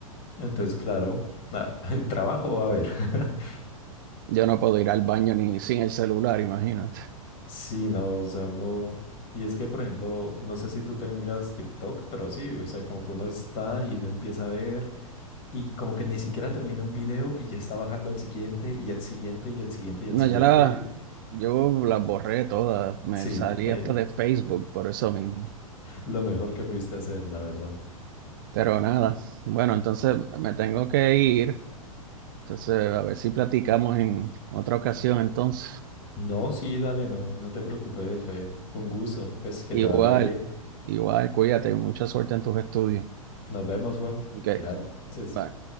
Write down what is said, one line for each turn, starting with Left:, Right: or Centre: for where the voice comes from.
Left: Entonces, claro, ah, <laughs> el trabajo va a haber. <laughs>
Right: Yo no puedo ir al baño ni sin el celular, imagínate.
Left: Sí, no, o sea, uno, y es que, por ejemplo, no sé si tú tengas TikTok, pero sí, o sea, como que uno está y uno empieza a ver y como que ni siquiera termina un video y ya está bajando al siguiente y al siguiente y al siguiente y
Right: No,
Left: al siguiente.
Right: ya las,
Left: y-
Right: yo las borré todas. Me
Left: sí,
Right: salí
Left: <laughs> eh,
Right: hasta de Facebook por eso mismo.
Left: lo mejor que pudiste hacer, la verdad.
Right: Pero nada. Bueno, entonces me tengo que ir. Entonces, a ver si platicamos en otra ocasión entonces.
Left: No, sí, dale, no, no te preocupes, Fe. Fue un gusto, pues que
Right: Igual,
Left: te vaya bien.
Right: igual, cuídate, mucha suerte en tus estudios.
Left: Nos vemos, Juan.
Right: Ok,
Left: Gracias.
Right: bye.